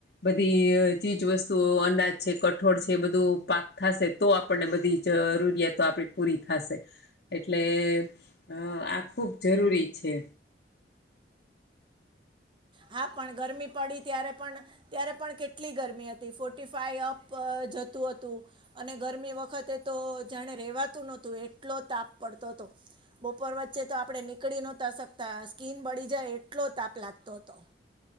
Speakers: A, on the left; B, on the right.
A: બધી ચીજ વસ્તુઓ અનાજ છે કઠોળ છે. જે બધું પાક થશે તો આપણને બધી જ જરૂરિયાતો આપણી પૂરી થશે. એટલે અ આ ખૂબ જરૂરી છે.
B: હા પણ ગરમી પડી ત્યારે પણ ત્યારે પણ કેટલી ગરમી હતી ફોર્ટી ફાઈ અપ જતું હતું. અને ગરમી વખતે તો જાણે રેવાતું નહોતું એટલો તાપ પડતો હતો. બપોર વચ્ચે તો આપડે નીકળી નહોતા શકતા સ્કીિન બળી જાય એટલો તાપ લાગતો હતો.